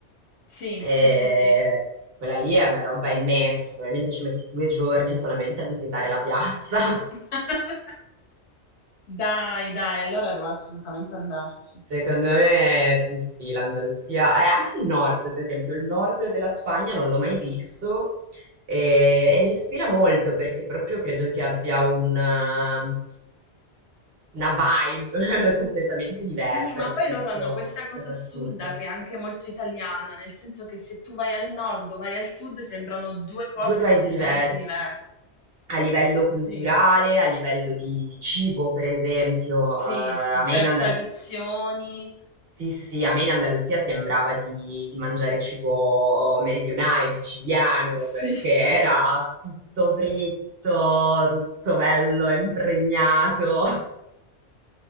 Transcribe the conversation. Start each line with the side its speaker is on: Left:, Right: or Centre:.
Left: Sì,
Right: Ehm,
Left: sì, sì, sì.
Right: quella lì è una roba immensa, cioè probabilmente ci metti 2 giorni solamente a visitare la piazza. <laughs>
Left: <laughs> Dai, dai, allora devo assolutamente andarci.
Right: Secondo me sì, sì, l'Andalusia e anche il nord, per esempio, il nord della Spagna non l'ho mai visto e, e mi ispira molto perché proprio credo che abbia un, eh, una vibe <laughs> completamente diversa
Left: Sì, ma
Right: rispetto,
Left: poi loro hanno questa
Right: rispetto
Left: cosa
Right: al
Left: assurda
Right: sud.
Left: che è anche molto italiana, nel senso che se tu vai al nord o vai al sud sembrano due cose
Right: Due paesi
Left: completamente
Right: diversi
Left: diverse.
Right: a livello culturale,
Left: Sì,
Right: a livello di, di cibo, per esempio.
Left: sì,
Right: Eh, a
Left: sì,
Right: me
Left: cioè
Right: in Andalusia.
Left: tradizioni.
Right: Sì, sì, a me in Andalusia sembrava di, di mangiare cibo oh, meridionale, siciliano,
Left: Sì.
Right: perché era tutto fritto, tutto bello, impregnato. <laughs>